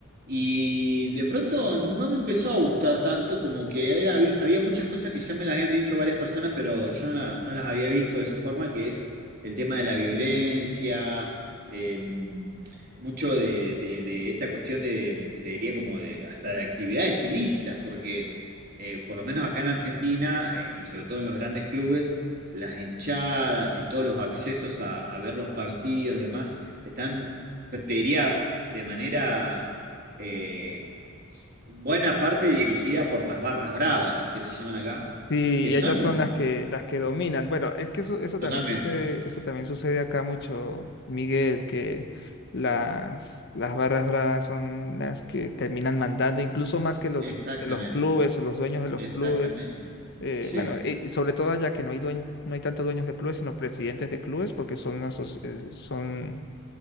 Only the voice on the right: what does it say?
y de pronto no me empezó a gustar tanto, como que era- había había muchas cosas que ya me las habían dicho varias personas, pero yo no, la- no las había visto de esa forma, que es el tema de la violencia. em, mucho de, de- de esta cuestión de, te diría como de, hasta de actividades ilícitas, porque eh, por lo menos acá en Argentina eh, y sobre todo en los grandes clubes, las hinchadas y todos los accesos a, a ver los partidos y demás están, te diría, de manera eh, buena parte dirigida por las barras bravas, que se llaman acá,
que son
totalmente,
exactamente,
exactamente,
sí.